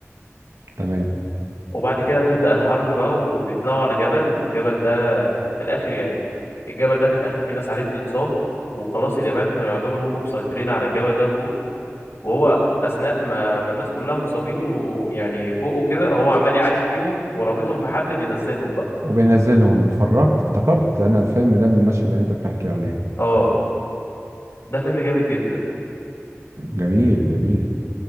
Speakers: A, on the right; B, on the left.
A: تمام
B: وبعد كده بتبدأ الحرب بقى وبيطلعوا على جبل والجبل ده في الاخر يعني الجبل ده في الاخر في ناس عليه بتتصاب وخلاص اليابان كانوا يعتبر هم مسيطرين على الجبل ده فوق وهو اثناء ما ما الناس كلها مصابين ويعني فوق وكده هو عمال يعالج فيهم ورابطهم في حبل بينزلهم
A: وبينزلهم اتفرجت افتكرت انا الفيلم ده من المشهد اللي انت بتحكي عليه
B: اه ده فيلم جامد جدا
A: جميل جميل